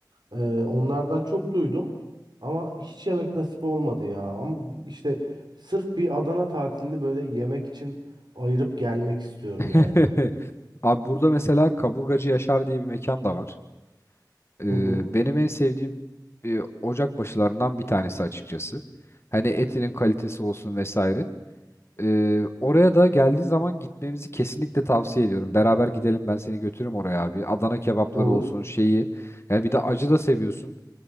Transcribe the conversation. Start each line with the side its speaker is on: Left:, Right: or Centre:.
Right: Ee, onlardan çok duydum ama hiç yemek nasip olmadı ya. Ama işte sırf bir Adana tatilini böyle yemek için ayırıp gelmek istiyorum
Left: <laughs>
Right: yani.
Left: Abi burada mesela kaburgacı Yaşar diye bir mekan da var. Ee,
Right: Hı hı.
Left: benim en sevdiğim e, ocak başılarından bir tanesi açıkçası. Hani etinin kalitesi olsun vesaire. Ee, oraya da geldiğin zaman gitmemizi kesinlikle tavsiye ediyorum. Beraber gidelim ben seni götürürüm oraya abi. Adana kebapları
Right: Olur.
Left: olsun şeyi. Yani bir de acı da seviyorsun.